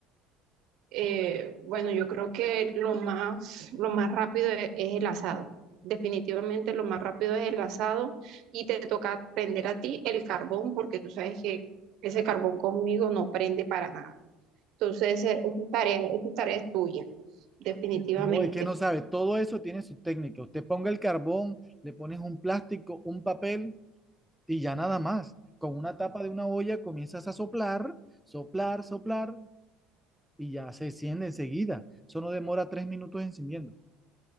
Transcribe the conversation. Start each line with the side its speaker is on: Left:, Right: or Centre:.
Right: Eh, bueno, yo creo que lo más, lo más rápido e- es el asado. Definitivamente lo más rápido es el asado y te toca prender a ti el carbón porque tú sabes que ese carbón conmigo no prende para nada. Entonces, eh, esa tarea, esa tarea es tuya, definitivamente.
Centre: No, es que no sabe, todo eso tiene su técnica. Usted ponga el carbón, le pones un plástico, un papel y ya nada más. Con una tapa de una olla comienzas a soplar, soplar, soplar y ya se enciende enseguida. Eso no demora tres minutos encendiendo.